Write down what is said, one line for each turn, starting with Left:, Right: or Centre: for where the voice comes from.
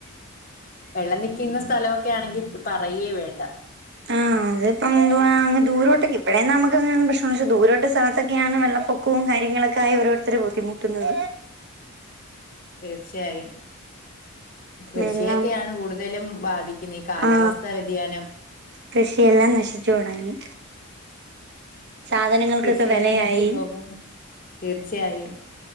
Left: വെള്ളം നിക്കുന്ന സ്ഥലമൊക്കെ ആണെങ്കി പറയേ വേണ്ട
Right: ആഹ് അതി ഇപ്പ എന്ത അ ദൂരോട്ടൊെ ഇവിടെയന്ന് നു മുക്ക്ങ്ങെയാണ് പ്രക്ഷണ ദൂരോട്ട്സ്ഥലത്തൊക്കെയാണ് വെള്ള പൊകം. പൊക്കം കാര്യങ്ങളൊക്കെ ആയി ഓരോരുത്തർ ബുദ്ധിമുട്ടുന്നത
Left: തീർച്ചയായും കൃഷിയൊക്കെയാണ്
Right: വെള്ളം
Left: കൂടുതലും ബാധിക്കുന്നത് ഈ കാലാവസ്ഥ.
Right: ആ
Left: വ്യതിയാനം
Right: കൃഷിയെല്ലാം നശിച്ചു തുടങ്ങി. സാധനങ്ങൾക്കൊക്കെ
Left: കൃഷിയെല്ലാം
Right: വെലയായി.
Left: നശിച്ചു പോകും തീർച്ചയായും.